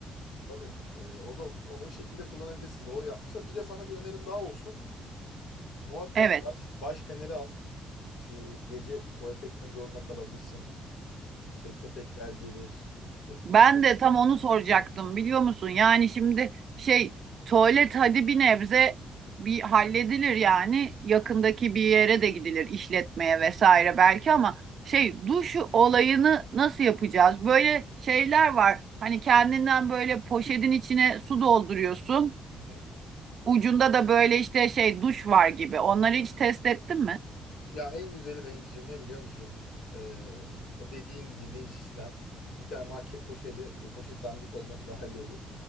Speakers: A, on the left; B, on the right.
A: Tabii e, o da o, o şekilde kullanabilirsin doğru yapmışlar. Bir de sana bir önerim daha olsun muhakkak
B: Evet.
A: baş, baş feneri al. İşte gece tuvalete gitmek zorunda kalabilirsin. İşte köpekler gelir. İşte
B: Ben
A: ins-
B: de tam onu soracaktım biliyor musun? Yani şimdi şey tuvalet hadi bir nebze bir halledilir yani. Yakındaki bir yere de gidilir işletmeye vesaire belki ama şey duş olayını nasıl yapacağız? Böyle şeyler var. Hani kendinden böyle poşetin içine su dolduruyorsun.
A: Hı hı.
B: Ucunda da böyle işte şey duş var gibi. Onları hiç test ettin mi?
A: Ya en güzeli Bengi'cim ne biliyor musun? Ee, o dediğin girdiğin sistem. Bir tane market poşeti. O poşet dandik olması daha iyi olur.